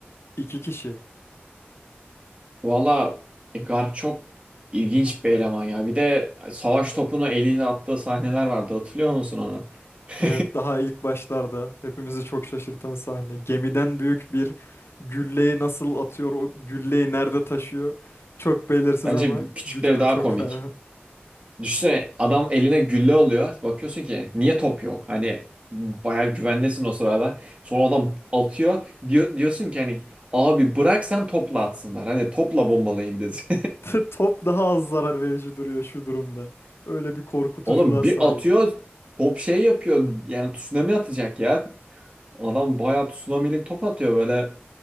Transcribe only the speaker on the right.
valla e, Garp çok ilginç bir eleman ya. Bir de savaş topunu eliyle attığı sahneler vardı. Hatırlıyor musun onu? <laughs>
Bence
küçükleri
daha
komik.
Düşünsene adam eline gülle alıyor. Bakıyorsun ki niye top yok? Hani bayağı güvendesin o sırada. Sonra adam atıyor. Diyor, diyorsun ki hani abi bırak sen topla atsınlar. Hani topla bombalayın biz.
<laughs> Oğlum bir
atıyor top şey yapıyor. Yani tsunami atacak ya. Adam bayağı tsunamilik top atıyor böyle.